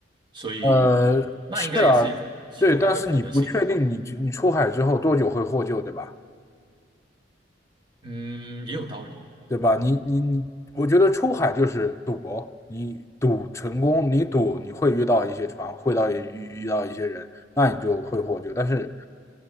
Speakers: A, on the right (about 25°); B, on the left (about 15°).
A: 所以
B: 呃，
A: 那应该也是一个其中一个可能性吧。
B: 是啊，对，但是你不确定你你出海之后多久会获救，对吧？
A: 嗯，也有道理。
B: 对吧？你你，你我觉得出海就是赌博，你赌成功，你赌你会遇到一些船，会到遇遇到一些人，那你就会获救。但是